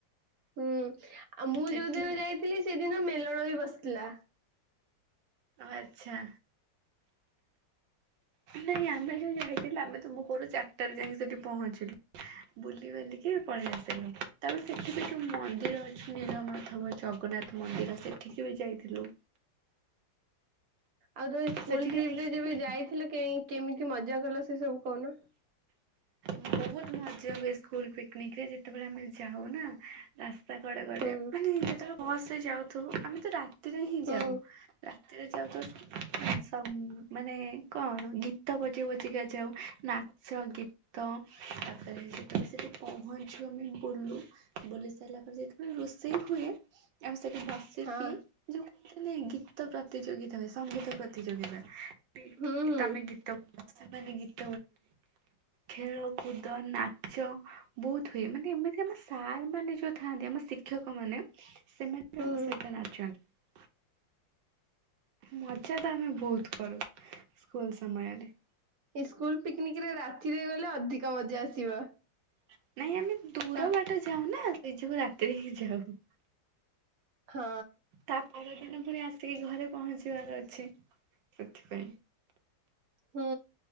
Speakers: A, on the right; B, on the right.
A: ହୁଁ ଆଉ ମୁଁ
B: ସେଠି
A: ଯୋଉ ଦିନ ଯାଇଥିଲି ସେଦିନ ମେଲ ଣ ବି ବସିଥିଲା।
B: ଆଛା ନାଇଁ ଆମେ ଯଉ ଯାଇଥିଲୁ ଆମେ ତ ଭୋରୁ ଚାରିଟାରେ ଯାଇକି ସେଠି ପହଞ୍ଚିଲୁ, ବୁଲି ବାଲିକି ପଳେଇ ଆସିଲୁ। ତାପରେ ସେଠି ବି ଯୋଉ ମନ୍ଦିର ଅଛି। ନୀଳମାଧବ ଜଗନ୍ନାଥ ମନ୍ଦିର ସେଠିକି ବି ଯାଇଥିଲୁ।
A: ଆଉ ତମେ ସ୍କୁଲ
B: ସେଠିକି
A: ଟ୍ରିପ
B: ଯାଇଥିଲ
A: ରେ ଯେବେ
B: କି ନାଇଁ?
A: ଯାଇଥିଲ କେହି କେମିତି ମଜା କଲ ସେ ସବୁ କହୁନ?
B: ବହୁତ ମଜା ହୁଏ ସ୍କୁଲ ପିକନିକରେ ଯେତେବେଳେ ଆମେ ଯାଉ ନା <unintelligible> ମାନେ
A: ହୁଁ
B: ବସ୍ ରେ ଯାଉଥୁବୁ ଆମେ ତ ରା ରାତିରେ ହିଁ
A: ହୁଁ
B: ଯାଉ ସେରେ ଯାଉ ତ ସ ମାନେ କଣ ଗୀତ ବଜି ବଜିକ ଯାଉ ନାଚ ଗୀତ ତାପରେ ଯେତେବେଳେ ସେଠି ପହଞ୍ଚୁ ଆମେ ବୁଲୁ। ବୁଲି ସାରିଲା ପରେ ଯେତେବେଳେ ରୋଷେଇ ହୁଏ ଆ ସେଠି ବସିକି
A: ହଁ
B: ଯୋଉ ନାଇଁ ଗୀତ ପ୍ରତିଯୋଗିତା ହୁଏ, ସଙ୍ଗୀତ ପ୍ରତିଯୋଗିତା
A: ହୁଁ
B: ଏକ
A: ହୁଁ
B: ଆମେ ଗୀତ ବ <unintelligible> ଖେଳକୁଦ ନାଚ ବହୁତ ହୁଏ ମାନେ ଏମିତି ଆମ ସାର୍ ମାନେ ଯୋଉ ଥାଆନ୍ତି ଆମ ଶିକ୍ଷକ ମାନେ ସେମାନେ
A: ହୁଁ
B: ଆମ ସହିତ ନାଚନ୍ତି। ମଜା ତ ଆମେ ବହୁତ କରୁ। ସ୍କୁଲ ସମୟରେ
A: ସ୍କୁଲ ପିକନିକରେ ରାତିରେ ଗଲେ ଅଧିକ ମଜା ଆସିବ
B: <inaudible> ନାଇଁ ଆମେ ଦୂର
A: ସା
B: ବାଟ ଯାଉନା ଏଇ ଯିବ ରାତିରେ ହେଇ ଯାଉ
A: ହଁ
B: ତା ପରର ଦିନ ପରେ ଆସ ଟିକେ ଘରେ ପହଞ୍ଚିବାର ଅଛି ସେଥିପାଇଁ
A: ହୁଁ